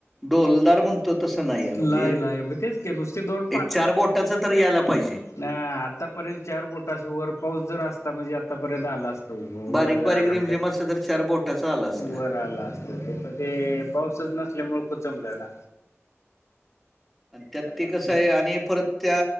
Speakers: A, in the centre; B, on the left.
A: ढोलदार म्हणतो तसं नाहीय म्हणजे
B: लाय तेच <unintelligible> नुस दोड
A: एक चार बोटाच तर यायला पाहिजे.
B: नाही आतापर्यंत चार बोटाशी वर पाऊस जर असता म्हणजे आतापर्यंत आला असता.
A: बारीक
B: वर जावं
A: बारीक
B: लागते,
A: रिमझिम असं तर चार बोटाचं आलं असतं
B: वर आला असत. पण ते पाऊसच नसल्यामुळे कुचमलं ना.
A: त्यात
B: त्याला
A: ते कसं आहे आणि परत त्या